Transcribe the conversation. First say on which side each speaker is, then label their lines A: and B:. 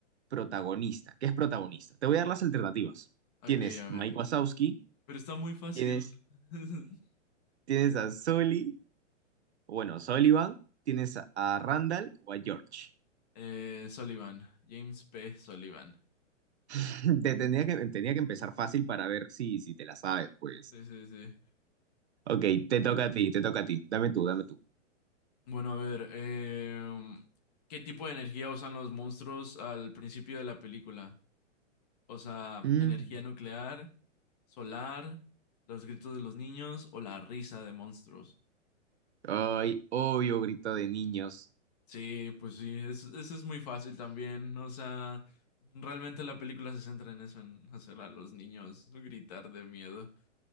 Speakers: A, on the right; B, on the left.
A: protagonista? ¿Qué es protagonista? Te voy a dar las alternativas.
B: Ok,
A: Tienes
B: a ver.
A: Mike Wazowski.
B: Pero está muy fácil.
A: Tienes
B: <laughs>
A: Tienes a Sully, o bueno, Sullivan, tienes a, a Randall o a George.
B: Eh, Sullivan, James P. Sullivan.
A: <laughs> Te tendría que, tenía que empezar fácil para ver si, si te la sabes, pues.
B: Sí, sí, sí.
A: Ok, te toca a ti, te toca a ti. Dame tú, dame tú.
B: Bueno, a ver, em, ¿qué tipo de energía usan los monstruos al principio de la película? O sea,
A: Mm.
B: energía nuclear, solar, los gritos de los niños o la risa de monstruos.
A: Ay, obvio, grito de niños.
B: Sí, pues sí, es- eso es muy fácil también. O sea, realmente la película se centra en eso, en hacer a los niños gritar de miedo.